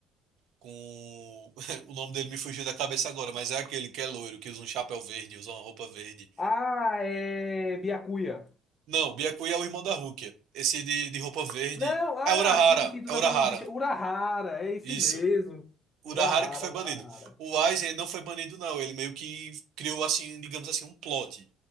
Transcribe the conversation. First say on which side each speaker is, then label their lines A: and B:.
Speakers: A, on the right; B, on the left.
A: com <laughs> o nome dele me fugiu da cabeça agora, mas é aquele que é loiro, que usa um chapéu verde, usa uma roupa verde.
B: Ah, é Byakuya.
A: Não, Byakuya é o irmão da Rukia. Esse de, de roupa verde
B: Não, ah,
A: é Urahara,
B: sim, sim, tu
A: é
B: tá
A: Urahara.
B: falando de Urahara, é esse
A: Isso.
B: mesmo.
A: Urahara
B: Urahara,
A: que foi banido.
B: Urahara.
A: O Aizen não foi banido, não. Ele meio que criou, assim, digamos assim, um plot